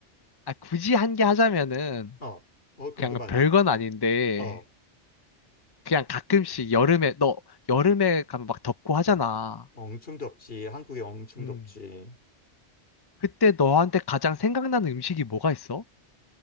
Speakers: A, on the left; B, on the left.
A: 아, 굳이 한 게 하자면은
B: 어, 어, 궁금하다.
A: 그냥 별 건 아닌데
B: 어,
A: 그냥 가끔씩 여름에, 너 여름에 가면 막 덥고 하잖아.
B: 엄청 덥지. 한국에 엄청
A: 음.
B: 덥지.
A: 그때 너한테 가장 생각나는 음식이 뭐가 있어?